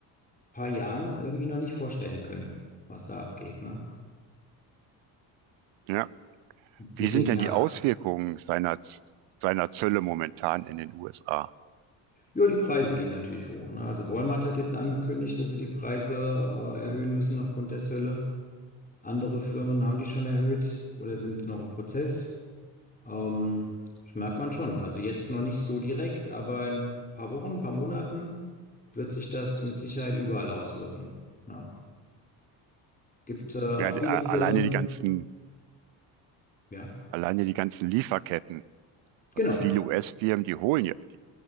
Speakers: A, on the left; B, on the right.
A: ein paar Jahren irgendwie noch nicht vorstellen können, was da abgeht, ne?
B: ja.
A: Mit
B: Wie sind
A: den Tar
B: denn die Auswirkungen seiner, Z- seiner Zölle momentan in den USA?
A: Ja, die Preise gehen natürlich hoch. Ne? Also Walmart hat jetzt angekündigt, dass sie die Preise äh, erhöhen müssen aufgrund der Zölle. Andere Firmen haben die schon erhöht oder sind noch im Prozess. Ähm, das merkt man schon. Also jetzt noch nicht so direkt, aber in ein paar Wochen, ein paar Monaten wird sich das mit Sicherheit überall auswirken. Ja. Gibt äh, auch
B: Ja,
A: viele
B: die, a-
A: Firmen,
B: alleine die ganzen,
A: ja,
B: alleine die ganzen Lieferketten. Also
A: genau,
B: viele US-Firmen, die holen ja, die,